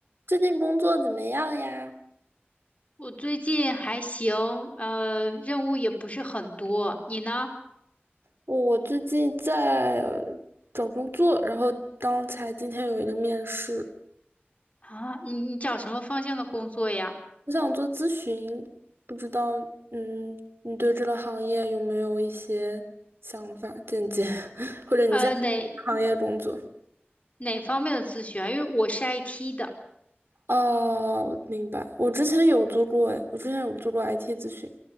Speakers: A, on the right; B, on the left.
A: 最近工作怎么样呀？
B: 我最近还行，呃，任务也不是很多。你呢？
A: 我最近在呃找工作，然后刚才今天有一个面试，
B: 啊，你你找什么方向的工作呀？
A: 我想做咨询，不知道嗯，你对这个行业有没有一些想法、见解，<laughs> 或者你现在在哪个行业工作？
B: 呃，哪哪方面的咨询啊？因为我是 IT 的，
A: 哦，我明白。我之前有做过，哎，我之前有做过 IT 咨询。